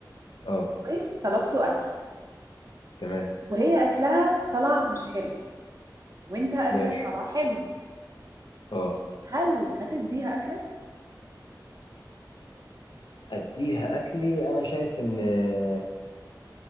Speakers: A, on the left; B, on the right.
A: اه
B: وطلبتوا اكل
A: تمام
B: وهي اكلها طلع مش حلو وانت اكلك
A: ماشي
B: طلع حلو
A: اه
B: هل هتديها اكلك
A: اديها اكلي انا شايف ان آه